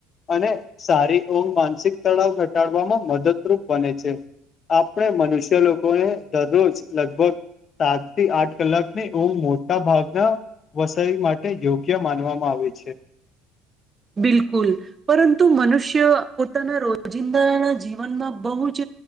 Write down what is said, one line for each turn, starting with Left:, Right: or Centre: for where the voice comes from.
Left: અને સારી ઊંઘ માનસિક તળાવ ઘટાડવામાં મદદરૂપ બને છે. આપણે મનુષ્ય લોકોને દરરોજ લગભગ સાત થી આઠ કલાક ને એવું મો ટા ભાગના વસાઈ માટે યોગ્ય માનવામાં આવે છે.
Right: બિલકુલ પરંતુ મનુષ્ય પોતાના રોજિંદાના જીવનમાં બહુ જ